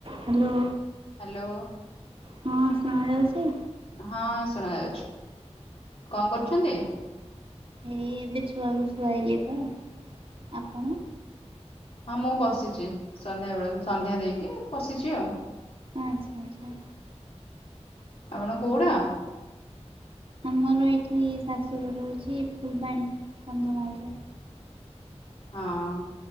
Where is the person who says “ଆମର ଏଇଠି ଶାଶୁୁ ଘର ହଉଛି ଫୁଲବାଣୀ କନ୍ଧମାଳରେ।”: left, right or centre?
Right